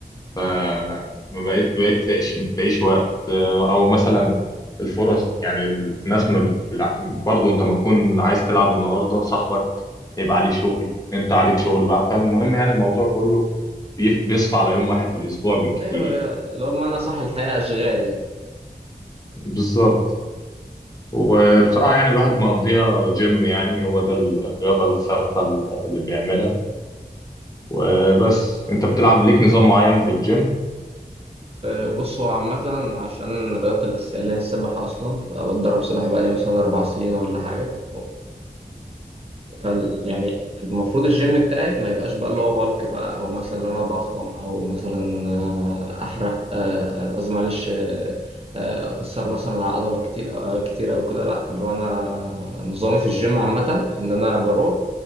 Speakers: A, on the left; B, on the right.
A: ف ما بقيت بقيت تلاقيش ما تلاقيش وقت آه، او مثلا الفرص يعني الناس ما بتلعب برضه انت ما تكون عايز تلعب النهارده صاحبك يبقى عليه شغل انت عليك شغل بقى فالمهم يعني الموضوع كله بي- بيصفى على يوم واحد في الاسبوع بالكتير
B: ايوه
A: يعني
B: يا- اللي هو بمعنى صح الحياة اشغال يعني
A: بالظبط وبصراحة
B: أه،
A: يعني الواحد مقضيها جيم يعني هو ده الرياضة الثابتة اللي بيعملها وبس انت بتلعب ليك نظام معين في الجيم
B: آه، بص هو عامة عشان الرياضة الأساسية اللي هي السباحة أصلا بقى بتدرب سباحة بقالي مثلا أربع سنين ولا حاجة فال يعني المفروض الجيم بتاعي ما يبقاش بقى اللي هو بالك بقى او مثلا انا اضخم او مثلا آه، احرق آه، آه، قصدي معلش آه، آه، اكسر مثلا عضل كتير آه، كتير او كده لا اللي هو انا نظامي في الجيم عامة ان انا بروح